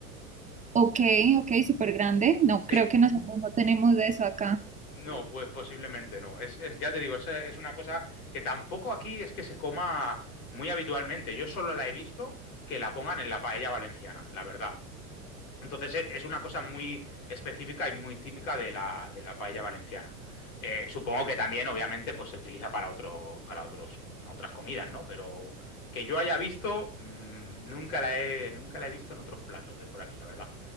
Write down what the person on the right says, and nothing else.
ok, ok, súper grande. No,
creo que nosotros no tenemos de eso acá.